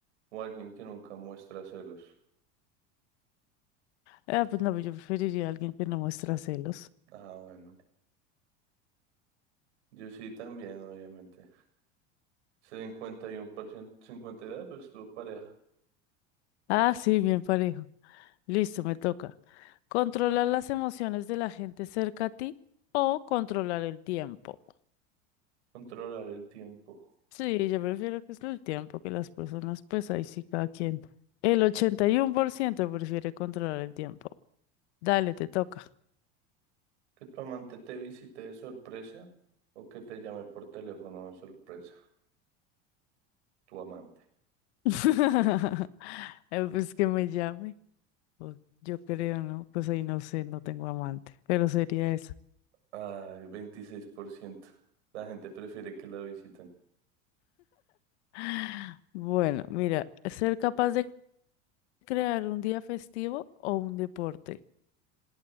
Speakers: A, on the right (about 85°); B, on the left (about 75°).
A: o alguien que nunca muestra celos.
B: Ah, pues no, yo preferiría a alguien que no muestra celos.
A: Ah, bueno. Yo sí también, obviamente. y y uno por ciento, cincuenta y dos por 52% pareja.
B: Ah, sí, bien parejo. Listo, me toca. Controlar las emociones de la gente cerca a ti o controlar el tiempo.
A: Controlar el tiempo.
B: Sí, yo prefiero que es el tiempo que las personas, pues ahí sí cada quien. El 81% prefiere controlar el tiempo. Dale, te toca.
A: Que tu amante te visite de sorpresa o que te llame por teléfono de sorpresa, tu amante.
B: <laughs> Eh, Pues que me llame. o Yo creo, ¿no? Pues ahí no sé, no tengo amante, pero sería eso.
A: Ay, 26%. La gente prefiere que la visiten.
B: <sighs> Bueno, mira, ser capaz de crear un día festivo o un deporte.